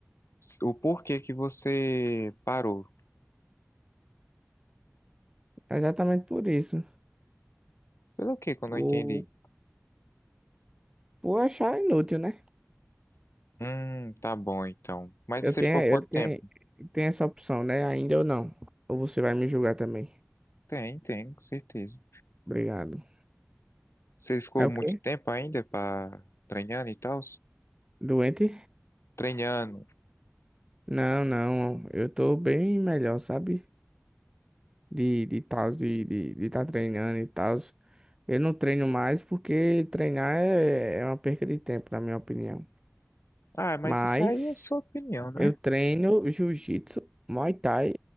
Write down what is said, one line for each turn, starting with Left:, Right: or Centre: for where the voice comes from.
Left: se- o porquê que você parou.
Right: Exatamente por isso.
Left: Pelo quê que eu
Right: Por,
Left: não entendi?
Right: por achar inútil, né?
Left: Hum, tá bom então. Mas
Right: Eu
Left: você
Right: tenho,
Left: ficou quanto
Right: eu tenho,
Left: tempo?
Right: eu tenho essa opção, né? Ainda ou não. Ou você vai me julgar também.
Left: Tem, tem, com certeza.
Right: Obrigado.
Left: Você ficou
Right: É o
Left: muito
Right: quê?
Left: tempo ainda pra treinando e tal?
Right: Doente?
Left: Treinando.
Right: Não, não. Eu tô bem melhor, sabe? De, de tal, de, de, de tá treinando e tal. Eu não treino mais porque treinar é, é uma perca de tempo, na minha opinião.
Left: Ah, mas
Right: Mas.
Left: isso aí é sua opinião, né?
Right: Eu treino jiu-jitsu, muay thai